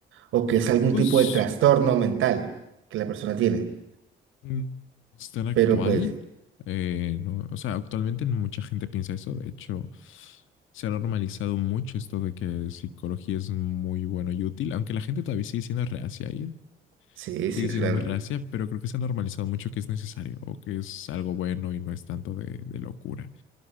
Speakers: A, on the right; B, on the left.
A: o que es algún
B: Pues
A: tipo de trastorno mental que la persona tiene,
B: Mm, Es tan actual.
A: pero pues,
B: eh, no, o sea, actualmente no mucha gente piensa eso. De hecho, se ha normalizado mucho esto de que psicología es muy bueno y útil, aunque la gente todavía sigue siendo reacia a ir,
A: sí,
B: sigue
A: sí, claro.
B: siendo muy reacia, pero creo que se ha normalizado mucho que es necesario o que es algo bueno y no es tanto de, de locura.